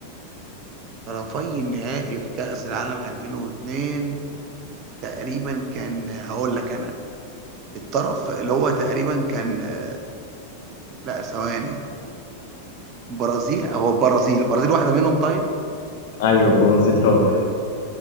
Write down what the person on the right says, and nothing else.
طرفي النهائي في كأس العالم 2002 تقريبا كان هقول لك انا الطرف اللي هو تقريبا كان آه، لا ثواني برازيل هو البرازيل البرازيل واحدة منهم طيب